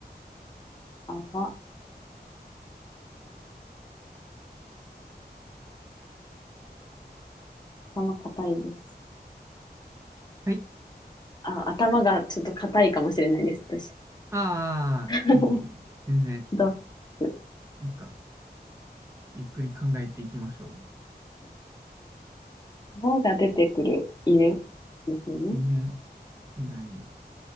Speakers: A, on the left (about 25°); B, on the right (about 15°).
A: 泡、頭硬いです。
B: はい。
A: あ、頭がちょっと硬いかもしれないです、私。
B: ああ、
A: <laughs>
B: いい。全然、
A: ドッグ。
B: なんか、ゆっくり考えていきましょう。
A: 泡が出てくる犬ですよね。
B: 犬って何